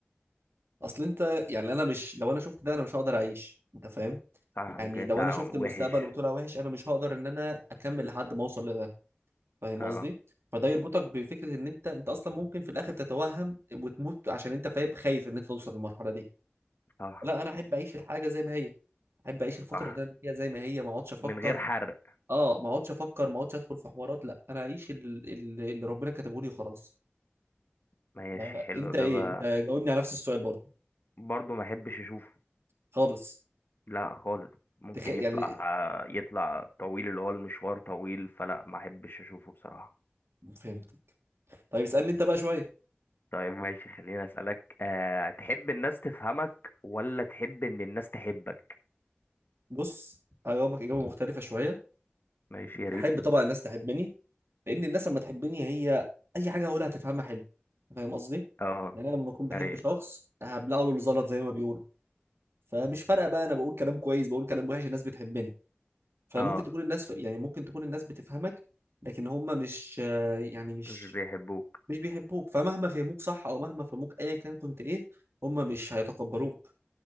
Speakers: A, on the right; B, on the left.
A: اصل انت يعني انا مش لو انا شفت ده انا مش هقدر اعيش انت فاهم
B: صح ممكن
A: يعني
B: يطلع
A: لو انا شفت
B: وحش
A: المستقبل وطلع وحش انا مش هقدر ان انا اكمل لحد ما اوصل لده فاهم
B: اه
A: قصدي فده يربطك بفكره ان انت انت اصلا ممكن في الاخر تتوهم وتموت عشان انت فاهم خايف ان انت توصل للمرحله دي
B: صح
A: لا انا احب اعيش الحاجه زي ما هي احب اعيش الفتره
B: صح
A: اللي انا فيها زي ما هي ما اقعدش افكر
B: من غير حرق
A: اه ما اقعدش افكر ما اقعدش ادخل في حوارات لا انا اعيش ال- ال- اللي ربنا كاتبه لي وخلاص
B: ماشي
A: آه،
B: حلو
A: انت
B: اجابة
A: ايه انت جاوبني على نفس السؤال برضه
B: برضو ما احبش اشوفه
A: خالص
B: لا خالص ممكن
A: تخ... يعني
B: يطلع يطلع طويل اللي هو المشوار طويل فلا ما احبش اشوفه بصراحة
A: فهمت طيب اسألني انت بقى شوية
B: طيب ماشي خليني أسألك أه تحب الناس تفهمك ولا تحب إن الناس تحبك
A: بص هجاوبك إجابة مختلفة شوية
B: ماشي يا ريت
A: أحب طبعا الناس تحبني لأن الناس لما تحبني هي أي حاجة هقولها هتفهمها حلو فاهم قصدي؟
B: اه
A: يعني أنا لما أكون بحب
B: أي
A: شخص هبلعه له الزلط زي ما بيقولوا فمش فارقة بقى أنا بقول كلام كويس بقول كلام وحش الناس بتحبني فممكن
B: اه
A: تكون الناس يعني ممكن تكون الناس بتفهمك لكن هم مش يعني مش
B: مش بيحبوك
A: مش بيحبوك فمهما فهموك صح أو مهما فهموك أيا كان كنت إيه هم مش هيتقبلوك